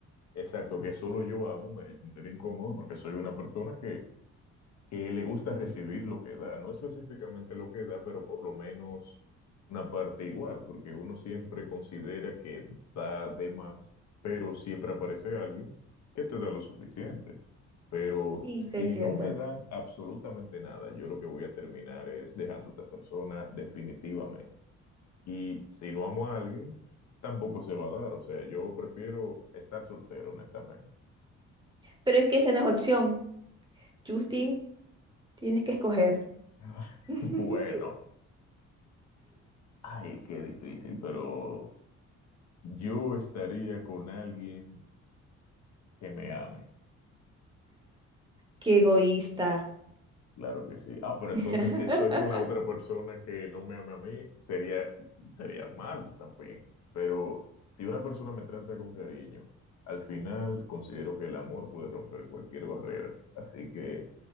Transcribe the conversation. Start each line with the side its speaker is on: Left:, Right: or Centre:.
Left: Exacto, que solo yo amo me haría sentir incómodo porque soy una persona que, que le gusta recibir lo que da. No específicamente lo que da, pero por lo menos una parte igual, porque uno siempre considera que da de más, pero siempre aparece alguien que te da lo suficiente. Pero
Right: Sí, te
Left: si
Right: entiendo.
Left: no me dan absolutamente nada, yo lo que voy a terminar es dejando a esa persona definitivamente. Y si no amo a alguien, tampoco se va a dar. O sea, yo prefiero estar soltero, honestamente.
Right: Pero es que esa no es opción. Justin, tienes que escoger.
Left: <laughs>
Right: <laughs>
Left: Bueno, ay, qué difícil, pero yo estaría con alguien que me ame.
Right: Qué egoísta.
Left: Claro que sí. Ah, pero entonces
Right: <laughs>
Left: si estoy con la otra persona que no me ama a mí, sería, sería malo también. Pero si una persona me trata con cariño, al final considero que el amor puede romper cualquier barrera. Así que